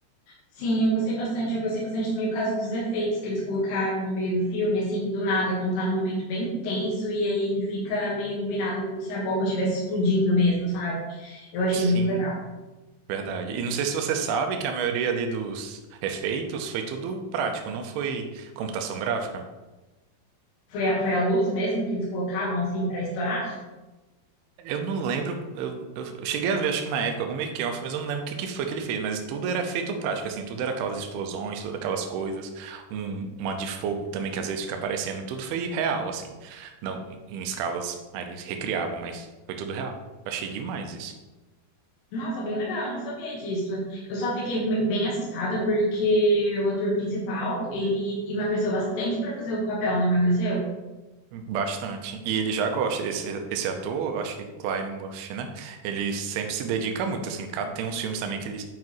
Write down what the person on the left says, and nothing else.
Sim, eu gostei bastante. Eu gostei bastante também o caso dos efeitos que eles colocaram no meio do filme, assim, do nada, quando tá num momento bem tenso, e aí ele fica meio iluminado, como se a bomba estivesse explodindo mesmo, sabe? Eu achei
muito legal.
Foi a, foi a luz mesmo que eles colocavam assim pra estourar?
Nossa, bem legal, eu não sabia disso. Eu só fiquei me- bem assustada porque o ator principal, ele emagreceu bastante pra fazer o papel, não emagreceu?